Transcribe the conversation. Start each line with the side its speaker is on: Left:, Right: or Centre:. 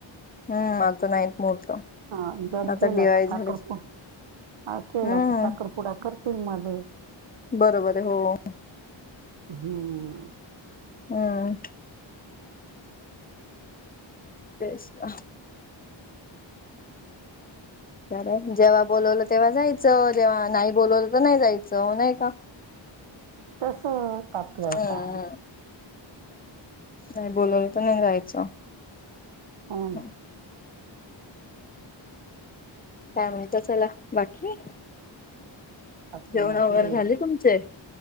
Left: हम्म आता नाहीत मुहूर्त
Right: हा, जर
Left: आता
Right: केला
Left: दिवाळी
Right: तर साखरपुडा
Left: झाली
Right: हा केला
Left: हम्म
Right: तर साखरपुडा करतील मध्ये.
Left: बरोबर आहे हो हो.
Right: हम्म.
Left: अं. तेचं का? तर जेव्हा बोलवलं तेव्हा जायचं, जेव्हा नाही बोलवलं तर नाही जायचं नाही का?
Right: तसंच आपलं
Left: हम्म
Right: काय?
Left: नाही बोलावलं तर नाही राहायचं.
Right: हां.
Left: हम्म, त्यावेळी तर चला बाकी?
Right: बाकी
Left: जेवण
Right: माझे
Left: वगैरे झाली तुमचे?